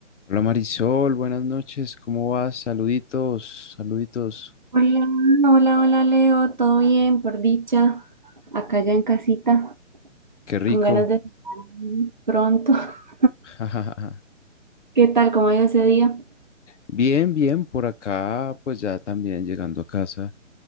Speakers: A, on the left; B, on the right.
A: Hola Marisol, buenas noches, ¿cómo vas? Saluditos, saluditos,
B: Hola, hola, hola Leo, todo bien, por dicha, acá ya en casita,
A: qué rico.
B: con ganas de estar pronto. <laughs>
A: <laughs>
B: ¿Qué tal? ¿Cómo ha ido ese día?
A: Bien, bien, por acá, pues ya también llegando a casa,